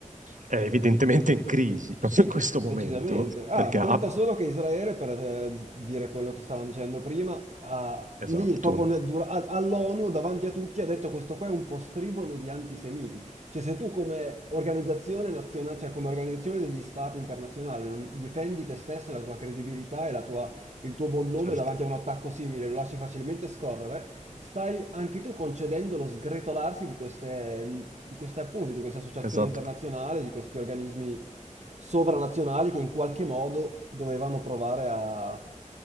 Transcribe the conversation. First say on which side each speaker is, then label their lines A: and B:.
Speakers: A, on the right (about 75°); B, on the right (about 60°).
A: è evidentemente in crisi, no? <laughs> in questo
B: Decisamente.
A: momento,
B: Ah,
A: perché
B: conta
A: ha
B: solo che Israele, per eh, di- dire quello che stavamo dicendo prima, ha- lì
A: Esatto,
B: proprio nel dura- a- all'ONU davanti a tutti ha detto questo qua è un postribolo di antisemiti. Cioè se tu come organizzazione nazionale, cioè come organizzazione degli stati internazionali non difendi te stesso e la tua credibilità e la tua- il tuo buon nome
A: certo,
B: davanti a un attacco simile, lo lasci facilmente scorrere, stai anche tu concedendo lo sgretolarsi di queste, di queste appunto, di queste associazioni
A: esatto.
B: internazionali, di questi organismi sovranazionali che in qualche modo dovevano provare a,